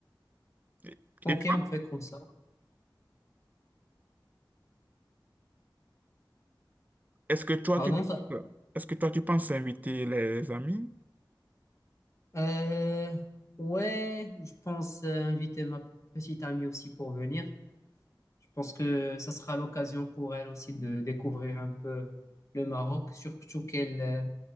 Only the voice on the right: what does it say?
Et,
et toi,
est-ce que toi,
tu,
est-ce que toi, tu penses inviter les amis?